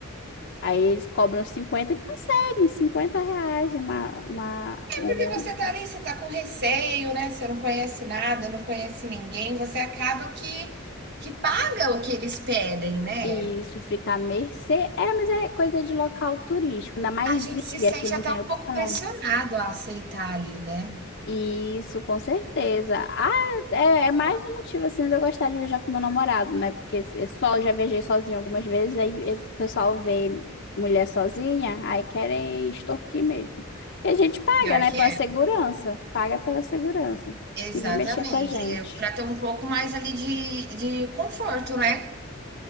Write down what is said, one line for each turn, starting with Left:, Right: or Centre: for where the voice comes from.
Left: Aí eles cobram 50 e conseguem 50 reais de uma, uma,
Right: É
Left: um-
Right: porque você tá ali, você tá com receio, né? Você não conhece nada, não conhece ninguém, você acaba que que paga o que eles pedem, né?
Left: Isso fica à mercê. É, mas é coisa de local turístico, ainda mais
Right: A gente
Left: ilha
Right: se sente
Left: que não
Right: até
Left: tem
Right: um
Left: opção.
Right: pouco pressionado a aceitar ali, né?
Left: Isso, com certeza. Ah, é, é mais um motivo assim de eu gostar de viajar com meu namorado, né? Porque se- só eu já viajei sozinha algumas vezes, aí eh, o pessoal vê mulher sozinha, aí querem extorquir mesmo. E a gente paga,
Right: Pior
Left: né?
Right: que
Left: Pela
Right: é.
Left: segurança. Paga pela segurança.
Right: Exatamente,
Left: Ninguém mexer com a gente.
Right: é pra ter um pouco mais ali de de conforto, né.